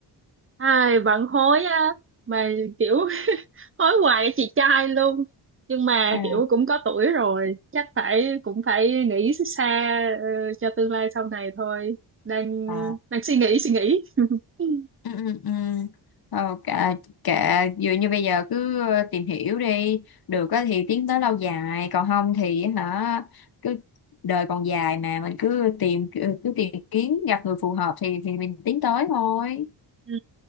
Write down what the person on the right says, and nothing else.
ai bận hối á mà kiểu <laughs> hối hoài với chị trai luôn nhưng mà
kiểu cũng có tuổi rồi chắc phải cũng phải nghĩ xa ờ, cho tương lai sau này thôi đang
ờ, đang suy nghĩ suy nghĩ <laughs>
Ừ.